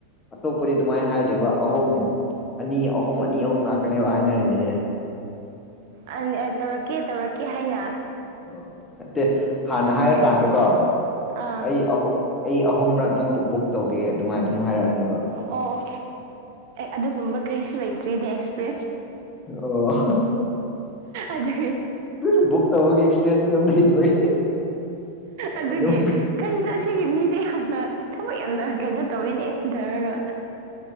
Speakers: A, on the left; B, on the right.
A: ꯑꯇꯣꯞꯄꯗꯤ ꯑꯗꯨꯃꯥꯏꯅ ꯍꯥꯏꯗꯦꯕ ꯑꯍꯨꯝ ꯑꯅꯤ ꯑꯍꯨꯝ ꯑꯅꯤ ꯑꯍꯨꯝ ꯉꯥꯛꯇꯅꯦꯕ ꯍꯥꯏꯅꯔꯤꯁꯦ
B: ꯑꯩꯅ ꯑꯦ ꯇꯧꯔꯛꯀꯦ ꯇꯧꯔꯛꯀꯦ ꯍꯥꯏꯅ
A: ꯑꯣ ꯅꯠꯇꯦ ꯍꯥꯟꯅ ꯍꯥꯏꯔꯀꯥꯟꯗꯀꯣ
B: ꯀꯔꯤ ꯑꯥ
A: ꯑꯩ ꯑꯍꯨꯝ ꯑꯩ ꯑꯍꯨꯝꯔꯛ ꯅꯪꯕꯨ ꯕꯨꯛ ꯇꯧꯒꯦ ꯑꯗꯨꯃꯥꯏꯅ ꯑꯗꯨꯝ ꯍꯥꯏꯔꯛꯑꯅꯤ
B: ꯑꯣ ꯑꯣ ꯑꯗꯨꯒꯨꯝꯕ ꯀꯔꯤꯁꯨ ꯂꯩꯇ꯭ꯔꯤꯅꯦ ꯑꯩꯁꯨ
A: ꯑꯣ
B: ꯑꯗꯨ
A: ꯑꯁ ꯕꯨꯛ ꯇꯧꯕꯒꯤ ꯑꯦꯛꯁꯄꯤꯔꯤꯌꯦꯟꯁ ꯀꯩꯝ ꯂꯩꯗꯕꯩ
B: ꯑꯗꯨꯒꯤ
A: ꯑꯗꯨꯝ
B: ꯀꯔꯤꯅꯣ ꯑꯁꯤꯒꯤ ꯃꯤꯁꯦ ꯌꯥꯝꯅ ꯊꯕꯛ ꯌꯥꯝꯅ ꯀꯩꯅꯣ ꯇꯧꯋꯤꯅꯦ ꯇꯧꯔꯒ